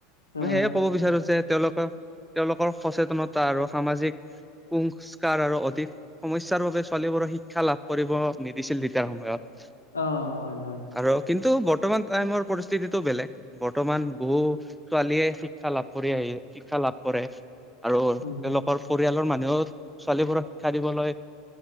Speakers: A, on the left; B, in the centre.
A: অ
B: মই সেয়ে ক'ব বিচাৰো যে, তেওঁলোকৰ তেওঁলোকৰ সচেতনতা আৰু সামাজিক সংস্কাৰ আৰু অধিক সমস্যাৰ বাবে ছোৱালীবোৰৰ শিক্ষা লাভ কৰিব নিদিছিল তেতিয়াৰ সময়ত।
A: অ'। হয় হয়
B: আৰু কিন্তু বৰ্তমান টাইমৰ পৰিস্থিতিটো বেলেগ, বৰ্তমান বহু ছোৱালীয়ে শিক্ষা লাভ কৰি আহি শিক্ষা লাভ কৰে, আৰু
A: উম
B: তেওঁলোক ৰ পৰিয়ালৰ মানুহেও ছোৱালীবোৰক শিক্ষা দিবলৈ